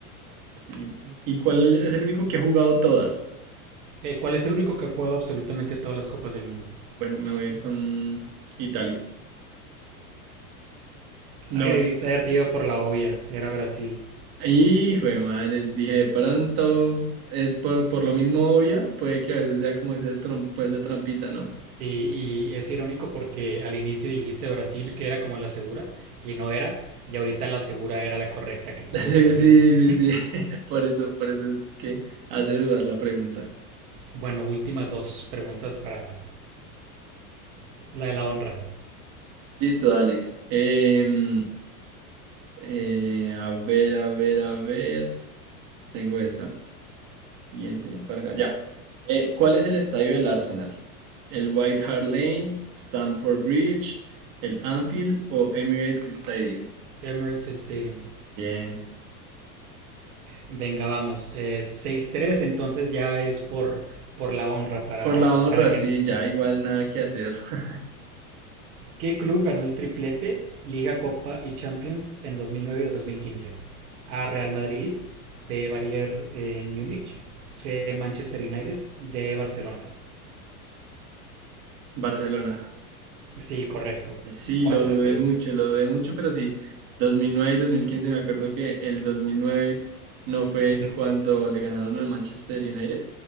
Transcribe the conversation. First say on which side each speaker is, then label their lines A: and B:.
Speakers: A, on the right; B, on the right.
A: Sí, ¿Y cuál es el único que ha jugado todas?
B: Eh, ¿cuál es el único que ha jugado absolutamente todas las copas del mundo?
A: Bueno, me voy a ir con Italia. No.
B: Ay, debiste haberte ido por la obvia. Era Brasil.
A: Hijo de madre, dije, de pronto es por, por lo mismo obvia, puede que a veces sea como ese trom- pues, esa trampita, ¿no?
B: Sí, y es irónico porque al inicio dijiste Brasil, que era como la segura, y no era. Y ahorita la segura era la correcta,
A: <laughs>
B: que pues
A: La sé-
B: es Brasil.
A: Sí,
B: <laughs>
A: sí, sí, <laughs> por eso, por eso es que hace dudar la pregunta.
B: Bueno, últimas dos preguntas para la de la honra.
A: Listo, dale. Em, eh, a ver, a ver, a ver. Tengo esta. Siguiente, no carga. Ya. Eh, ¿cuál es el estadio del Arsenal? ¿El White Hart Lane, Stamford Bridge, el Anfield o Emirates Stadium?
B: Emirates Stadium.
A: Bien.
B: Venga, vamos. Eh, 6-3, entonces ya es por, por la honra para,
A: Por la honra,
B: para que...
A: sí, ya igual nada que hacer. <laughs>
B: ¿Qué club ganó el triplete, Liga, Copa y Champions en 2009 y dos mil quince A. Real Madrid, B. Bayern eh, Múnich, C. Manchester United, D. Barcelona.
A: Barcelona.
B: Sí, correcto.
A: Sí,
B: cuatro
A: lo dudé
B: seis
A: mucho, lo dudé mucho, pero sí. 2009 y 2015 me acuerdo que el 2009 no fue
B: El-
A: cuando le ganaron al Manchester United.